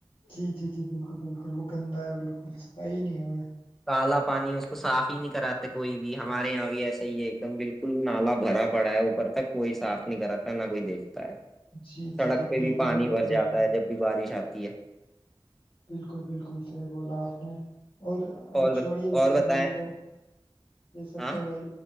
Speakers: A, on the left; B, in the centre.
A: جی جی جی بالکل بالکل وہ گندا ہے بالکل صفائی نہیں ہے
B: کالا پانی اس کو صاف ہی نہیں کراتے کوئی بھی ہمارے یہاں بھی ایسا ہی ہے ایک دم بالکل نالا بھرا پڑا ہے اوپر تک کوئی صاف نہیں کراتا ہے نہ کوئی دیکھتا ہے
A: جی،
B: سڑک
A: جی، جی،
B: پہ
A: بالکل،
B: بھی پانی
A: بالکل،
B: بھر
A: بالکل،
B: جاتا ہے جب بھی بارش آتی ہے
A: بالکل بالکل صحیح بولا آپ نے اور ا
B: اور بت-
A: چھوڑیے
B: اور
A: سب
B: بتائیں
A: میں یہ تو یہ سب
B: ہاں
A: تو بھائی